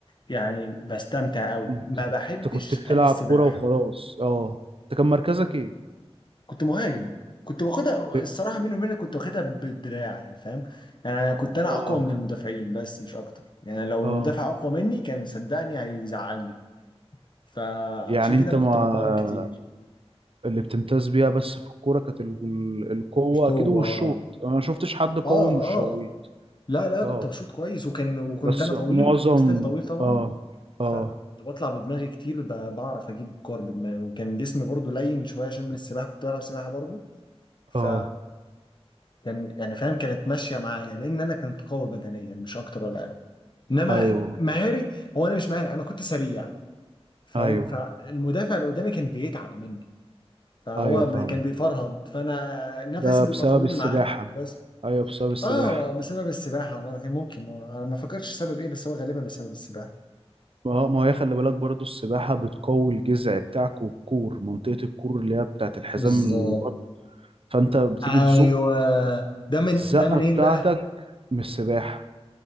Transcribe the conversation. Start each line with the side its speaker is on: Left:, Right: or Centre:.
Left: يعني بستمتع قوي
Right: انت
Left: ما بحبش
Right: كنت بتلعب
Left: قد السباحة
Right: كورة وخلاص اه انت كان مركزك ايه
Left: كنت مهاجم كنت باخدها
Right: ب...
Left: الصراحه بيني وبينك كنت واخدها بالدراع يعني فاهم يعني كنت انا
Right: اه
Left: اقوى من المدافعين بس مش اكتر يعني لو
Right: اه
Left: المدافع اقوى مني كان صدقني هيزعلني فعشان
Right: يعني
Left: كده
Right: انت
Left: انا
Right: ما
Left: كنت بتمرن كتير
Right: اللي بتمتاز بيها بس في الكورة كانت ال- ال- القوة
Left: مش قوة
Right: اكيد والشوط انا ما شفتش حد قوي
Left: اه
Right: مش شويت
Left: اه لا لا
Right: اه
Left: كنت بشوط كويس وكان وكنت
Right: بس
Left: انا
Right: معظم
Left: طويل وستيل طويل طبعا
Right: اه
Left: فكنت
Right: اه
Left: بطلع بدماغي كتير ب- بعرف اجيب كور بدماغي وكان جسمي برضو لين شويه عشان من السباحه كنت بلعب سباحه برضو ف
Right: اه
Left: كان يعني فاهم كانت ماشيه معايا لان انا كنت قوي بدنيا مش اكتر ولا اقل انما
Right: ايوه
Left: مهاري هو انا مش مهاري انا كنت سريع فاهم
Right: ايوه
Left: فالمدافع اللي قدامي كان بيتعب مني فهو
Right: ايوه فاهم
Left: ب... كان بيفرهد فانا نفسي
Right: ده
Left: بيبقى
Right: بسبب
Left: طويل
Right: السباحة
Left: معاه بس
Right: ايوه بسبب السباحة
Left: اه بسبب السباحه انا كان ممكن آه، انا ما فكرتش سبب ايه بس هو غالبا بسبب السباحه
Right: ما هو ما هي خلي بالك برضو السباحة بتقوي الجذع بتاعك والكور منطقة الكور اللي هي بتاعت الحزام
Left: بالظبط
Right: البطن فانت بتيجي
Left: ايوه
Right: تزق
Left: ده من
Right: الزقة
Left: ده منين
Right: بتاعتك
Left: بقى
Right: من السباحة